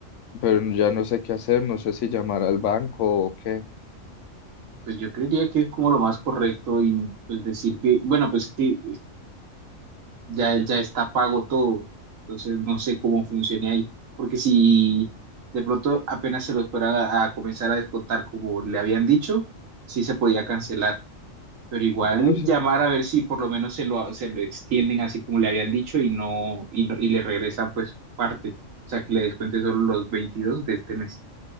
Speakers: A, on the left; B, on the right.
A: pero ya no sé qué hacer, no sé si llamar al banco o qué.
B: Pues yo creería que es como lo más correcto y pues decir que, bueno, pues que ya, ya está pago todo, entonces no sé cómo funciona ahí, porque si de pronto apenas se los fueran a, a comenzar a descontar como le habían dicho, sí se podía cancelar, pero igual
A: No, no sé.
B: llamar a ver si por lo menos se lo, se lo extienden así como le habían dicho y no, y no, y le regresan pues parte, o sea que le descuente solo los 22 de este mes.